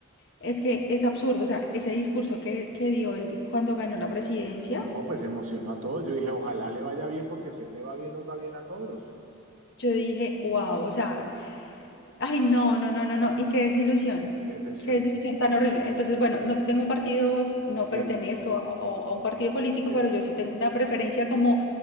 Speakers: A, on the left (about 55°); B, on the right (about 80°).
A: es que es absurdo. O sea, ese discurso que, que dio él cuando ganó la presidencia.
B: No, pues emocionó a todos. Yo dije, ojalá le vaya bien, porque si a él le va bien, nos va bien a todos.
A: Yo dije, wow, o sea, ay, no, no, no, no, no, y qué desilusión,
B: Qué decepción.
A: qué desilusión tan horrible. Entonces, bueno, no tengo un partido, no
B: Bien,
A: pertenezco a, o- a un partido político,
B: eh,
A: pero yo sí tengo una preferencia como